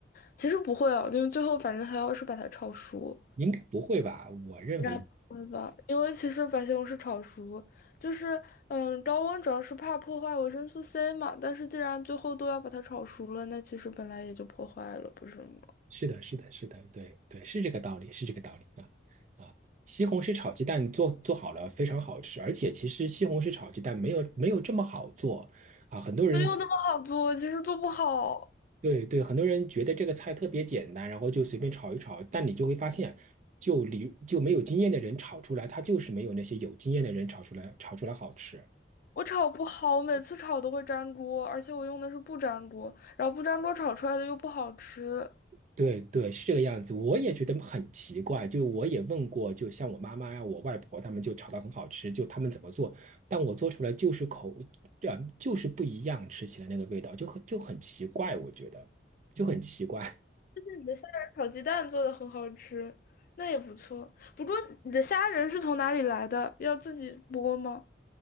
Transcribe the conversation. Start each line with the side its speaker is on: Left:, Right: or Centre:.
Left: 其实不会哦，因为最后反正还要是把它炒熟，
Right: 应该不会吧？我认为
Left: 应该不会吧？因为其实把西红柿炒熟，就是嗯，高温主要是怕破坏维生素 C 嘛，但是既然最后都要把它炒熟了，那其实本来也就破坏了，不是吗？
Right: 是的，是的，是的，对对，是这个道理，是这个道理啊啊！西红柿炒鸡蛋做做好了非常好吃，而且其实西红柿炒鸡蛋没有没有这么好做啊。很多人
Left: 没有那么好做，其实做不好。
Right: 对对，很多人觉得这个菜特别简单，然后就随便炒一炒，但你就会发现，就你就没有经验的人炒出来，它就是没有那些有经验的人炒出来炒出来好吃。
Left: 我炒不好，我每次炒都会粘锅，而且我用的是不粘锅，然后不粘锅炒出来的又不好吃。
Right: 对对，是这个样子。我也觉得很奇怪，就我也问过，就像我妈妈呀、我外婆他们就炒的很好吃，就他们怎么做，但我做出来就是口，这样就是不一样，吃起来那个味道就很就很奇怪，我觉得就很奇怪。
Left: 但是你的虾仁炒鸡蛋做的很好吃，那也不错。不过你的虾仁是从哪里来的？要自己剥吗？